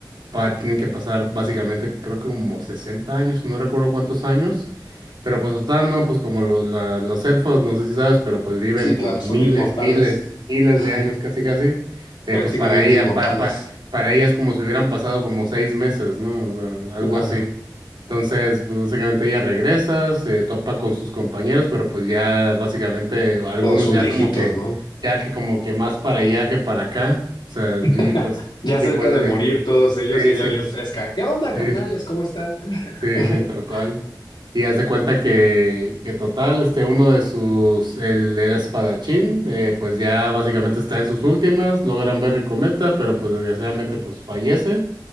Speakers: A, on the right; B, on the left.
A: pa tienen que pasar básicamente, creo que como 60 años, no recuerdo cuántos años, pero pues total, no, pues como lo- la- los elfos, no sé si sabes, pero pues viven
B: Sí, claro,
A: por
B: son
A: miles,
B: inmortales.
A: miles, miles
B: Ajá.
A: de años casi casi, eh,
B: Prácticamente
A: pues para ella,
B: inmortales.
A: pa- pa- para ella es como si hubieran pasado como seis meses, ¿no? O sea,
B: Claro.
A: algo así. Entonces, pues básicamente ella regresa, se topa con sus compañeros, pero pues ya básicamente algunos
B: Todos son
A: ya
B: viejitos,
A: como que,
B: ¿no?
A: ya que como que más para allá que para acá, o sea,
B: <laughs>
A: y pues...
B: Ya cerca
A: Y pues,
B: de morir todos ellos
A: Sí,
B: y ella
A: sí,
B: bien fresca. ¿Qué onda,
A: sí,
B: carnales? ¿Cómo están?
A: sí,
B: <laughs>
A: sí, tal cual. Y haz de cuenta que, que total, este uno de sus, el, el espadachín, eh, pues ya básicamente está en sus últimas, logran ver el cometa, pero pues desgraciadamente pues fallece.